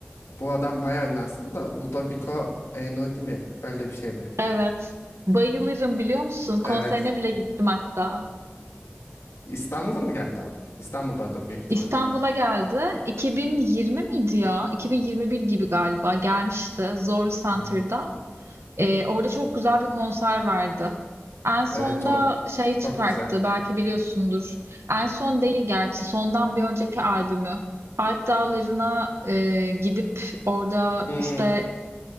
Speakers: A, on the left; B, on the right.
A: Bu adam bayağı ünlü aslında da Ludovico Einaudi mi? Öyle bir şeydi.
B: Evet. Bayılırım biliyor musun? Konserine
A: Evet.
B: bile gittim hatta.
A: İstanbul'a mı geldi o? İstanbul'dadır büyük ihtimalle.
B: İstanbul'a geldi. 2020 miydi ya? 2021 gibi galiba gelmişti Zorlu Center'da.
A: Hmm.
B: Ee, orada çok güzel bir konser vardı. En sonda
A: Evet o
B: şey çıkarttı
A: çok güzel.
B: belki biliyorsundur. En son değil gerçi sondan bir önceki albümü. Alp Dağları'na e, gidip orada
A: Hmm,
B: işte